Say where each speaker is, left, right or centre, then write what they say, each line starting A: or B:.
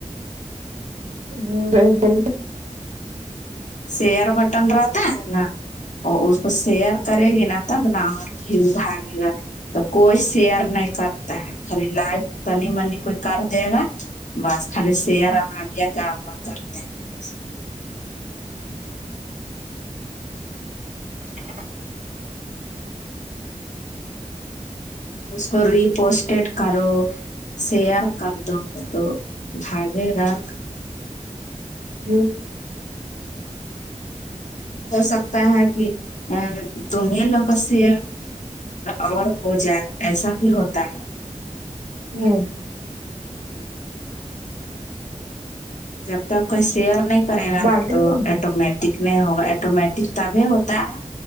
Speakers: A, on the right (about 70°); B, on the left (about 70°).
A: ہ <unintelligible>
B: شیئر بٹن رہتا ہے نا وہ اس کو شیئر کرے گی نا تب نا اور بھیو بھاگے گا تو کوئی شیئر نہیں کرتا ہے خالی لائک تنی منی کوئی کر دے گا بس خالی سئرا نبیا کا ابا کرتے ہیں بس
A: ا <inaudible>
B: اس کو ریپوسٹیڈ کرو شئر کر دو تو بھگے گا
A: ہوں
B: ہو سکتا ہے کہ ا تمیں لک سے اور ہو جائے ایسا بھی ہوتا ہے
A: ہوں
B: ہاں جب تک کوئی شیئر نہیں کرے گا
A: بالٹی
B: نا تو
A: نہیں
B: ایٹومیٹک ٹک نہیں ہوگا ایٹومیٹک تبھی ہوتا ہے